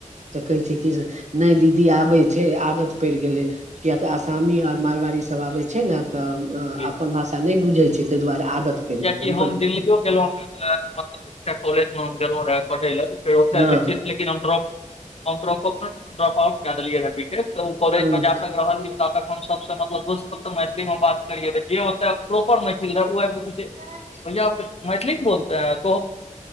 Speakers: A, on the right; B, on the left.
A: तऽ कहै छै की से नै दीदी आबै छै आदत पड़ि गेलै किया तऽ आसामी आ मारवाड़ी सब आबै छै न तऽ
B: जी
A: अपन भाषा नै बुझैत छै तैय दुआरे आदत पड़ि
B: कियकि
A: गेलै
B: हम
A: कहल
B: दिल्लियो गेलो रह मतलब एकटा कॉलेज मे हम गेलो रह पढ़य लए फेर ओ त
A: हँ
B: लखित लेकिन हम ड्रॉप ड्रॉप अपन ड्रप आउट कए देलियै रैपिटे तऽ ओ कॉलेज
A: हँ
B: म जा तक रहलियै ता तक हम सब मतलब दोस्त मैथिली में बात कर जेे प्रोपर मैथिल रह ओ आइब कऽ पुछै
A: <unintelligible>
B: <unintelligible> तो